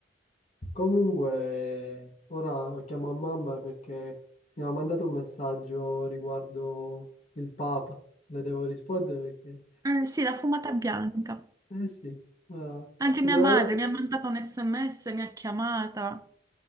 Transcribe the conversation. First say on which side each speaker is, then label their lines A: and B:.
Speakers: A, on the left; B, on the right.
A: Comunque, ora chiamo a mamma perché mi ha mandato un messaggio riguardo il Papa. Le devo rispondere perché...
B: Eh, sì, la fumata bianca.
A: Eh sì, ma
B: Anche
A: sicuramente...
B: mia madre mi ha mandato un SMS, mi ha chiamata.